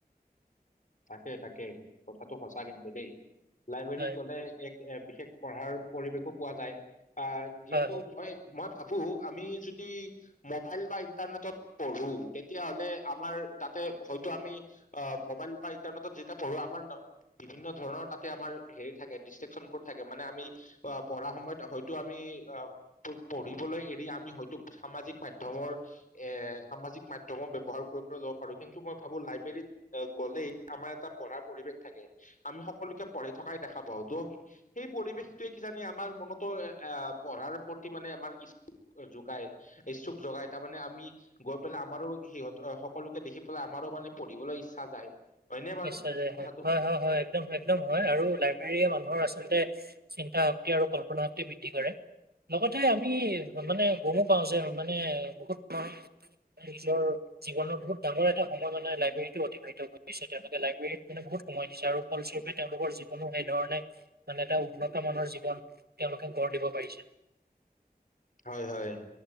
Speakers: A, on the left; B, on the right.
A: তাকে তাকে কথাটো সঁচা কিন্তু দেই লাইব্ৰেৰীত
B: হয়
A: গ'লে এক এ বিশেষ পঢ়াৰ পৰিবেশো পোৱা যায় আহ যিহেতু
B: হয় হয়
A: মই মই ভাবো আমি যদি মোবাইল বা ইণ্টাৰনেটত পঢ়ো তেতিয়া হলে আমাৰ তাতে হয়তো আমি অ', মোবাইল বা ইন্টাৰনেটত যেতিয়া পঢ়ো আমাৰ ন বিভিন্ন ধৰণৰ তাতে আমাৰ হেৰি থাকে, ডিষ্টেকশনবোৰ থাকে মানে আমি অ পঢ়াৰ সময়ত হয়তো আমি আহ প পঢ়িবলৈ এৰি আমি হয়তো সামাজিক মাধ্যমৰ এ সামাজিক মাধ্যমৰ ব্যৱহাৰ কৰিবলৈ ল'ব পাৰো কিন্তু মই ভাবো লাইব্ৰেৰীত এ গ'লেই আমাৰ এটা পঢ়া পৰিৱেশ থাকে, আমি সকলোকে পঢ়ি থকাই দেখা পাওঁ ত সেই পৰিৱেশটোৱে কিজানি আমাৰ মনতো এ আহ পঢ়াৰ প্ৰতি মানে আমাৰ ইচ অ জোগাই, ইচ্ছুক জোগাই তাৰমানে আমি গৈ পেলাই আমাৰো সিহঁত সকলোকে দেখি পেলাই আমাৰো মানে পঢ়িবলৈ ইচ্ছা যায়। হয়নে বাৰু
B: নিশ্চয় যায়
A: কথাটো
B: হয়, হয় হয় হয়। একদম একদম হয় আৰু লাইব্ৰেৰীয়ে মানুহৰ আচলতে চিন্তা শক্তি আৰু কল্পনা শক্তি বৃদ্ধি কৰে। লগতে আমি মানে গমো পাও যে মানে বহুত <unintelligible> নিজৰ জীৱনৰ বহুত ডাঙৰ এটা সময় মানে লাইব্ৰেৰীটো অতিবাহিত কৰিছে। তেওঁলোকে লাইব্ৰেৰীত মানে বহুত সময় দিছে আৰু ফলস্বৰূপে তেওঁলৰ জীৱনো সেই ধৰণে মানে এটা উন্নত মানৰ জীৱন তেওঁলোকে গঢ় দিব পাৰিছে।
A: হয়, হয়